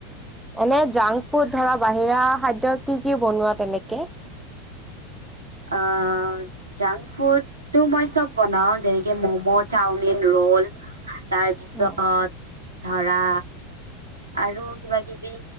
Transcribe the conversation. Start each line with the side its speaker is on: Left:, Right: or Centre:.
Centre: এনে জাংক ফুড ধৰা বাহিৰা খাদ্য কি কি বনোৱা তেনেকে?
Right: অ' জাংক ফুডটো মই চব বনাও যেনেকে মম' চাওমিন ৰোল। তাৰপিছত
Centre: অ
Right: ধৰা আৰু কিবা কিবি